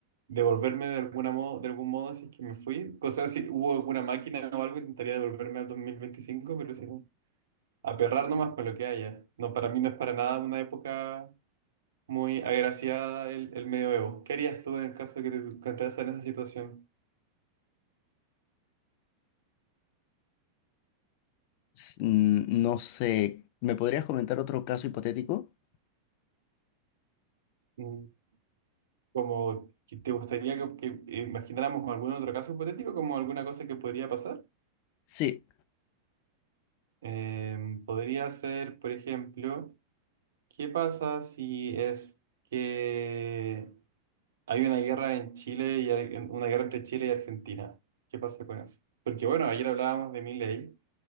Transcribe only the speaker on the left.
S- mm, No sé, ¿me podrías comentar otro caso hipotético?
Sí.